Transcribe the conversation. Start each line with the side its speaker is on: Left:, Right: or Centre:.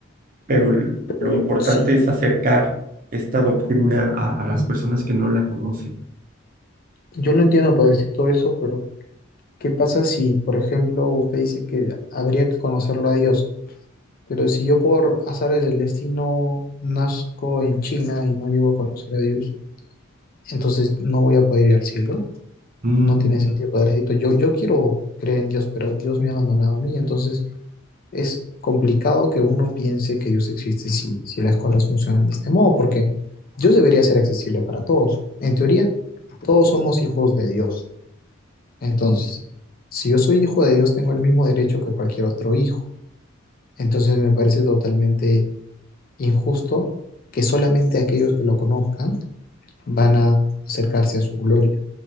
Right: pero el-
Left: pero
Right: lo importante
Left: sí
Right: es acercar esta doctrina a a las personas que no la conocen.
Left: yo lo entiendo, Padrecito, eso, pero ¿Qué pasa si, por ejemplo, usted dice que habría que conocerlo a Dios? Pero si yo por azares del destino nazco en China y no llego a conocer a Dios, entonces no voy a poder ir al cielo.
Right: Mm.
Left: No tiene sentido, padrecito. Yo, yo quiero creer en Dios, pero Dios me ha abandonado a mí. Entonces es complicado que uno piense que Dios existe si, si las cosas funcionan de este modo, porque Dios debería ser accesible para todos. En teoría, todos somos hijos de Dios. Entonces, si yo soy hijo de Dios, tengo el mismo derecho que cualquier otro hijo. Entonces me parece totalmente injusto que solamente aquellos que lo conozcan van a acercarse a su gloria.